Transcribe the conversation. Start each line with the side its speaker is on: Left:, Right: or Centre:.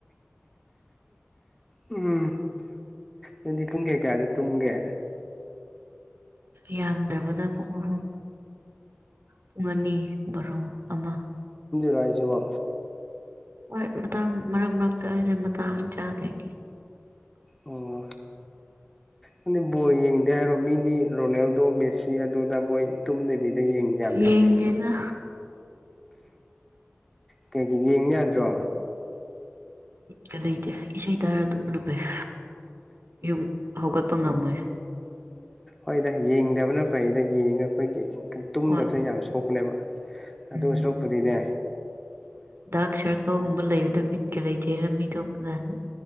Centre: ꯎꯝ ꯑꯗꯨꯗꯤ ꯄꯨꯡ ꯀꯌꯥ ꯀꯌꯥꯗ ꯇꯨꯝꯒꯦ
Right: ꯌꯥꯝꯗ꯭ꯔꯕꯗ ꯑ ꯍ ꯄꯨꯡ ꯑꯅꯤ ꯕꯥꯔꯣ ꯑꯃ
Centre: ꯔꯖꯕ
Right: ꯍꯣꯏ ꯃꯇꯥꯡ ꯃꯔꯛ ꯃꯔꯛꯇ ꯑꯩꯁꯦ ꯃꯇꯥꯡ ꯆꯥꯗꯣꯏꯗꯤ
Centre: ꯑꯣ ꯑꯗꯨꯗꯤ ꯕꯣ ꯌꯦꯡꯗꯦ ꯍꯥꯏꯔꯣ ꯃꯤꯗꯤ ꯔꯣꯅꯦꯜꯗꯣ ꯃꯦꯁꯤ ꯑꯗꯨꯗ ꯃꯣꯏ ꯇꯨꯝꯗꯕꯤꯗ ꯁꯤ ꯌꯦꯡ ꯌꯥꯝ
Right: ꯌꯦꯡꯗꯦꯅ
Centre: ꯌꯦꯡꯅꯩ ꯑꯅꯦ ꯀꯩꯒꯤ ꯌꯦꯡ ꯌꯥꯗ꯭ꯔꯣ
Right: ꯀꯔꯤꯗ ꯏꯁꯩ ꯇꯥꯔ ꯇꯨꯝꯕꯅꯥ ꯐꯩ ꯌꯨꯝ ꯍꯧꯒꯠꯄ ꯉꯝꯃꯣꯏ
Centre: ꯍꯣꯏꯗ ꯌꯦꯡꯗꯕꯅ ꯐꯩꯗ ꯌꯦꯡꯉ ꯑꯩꯈꯣꯏꯒꯤ ꯇꯨꯝꯗꯕꯁꯦ
Right: ꯍꯣꯏ
Centre: ꯌꯥꯝꯅ ꯁꯣꯛꯄꯅꯦꯕ ꯑꯗꯨꯁꯨ
Right: ꯎꯝ
Centre: ꯄꯨꯗꯤꯅꯦ
Right: ꯗꯥꯛ ꯁꯥꯔꯀꯜꯒꯨꯝꯕ ꯂꯩꯕꯗꯣ ꯕꯤꯠꯀ ꯂꯩꯇꯦ ꯂꯝꯕꯤꯗꯣ ꯑꯗꯨꯅꯦ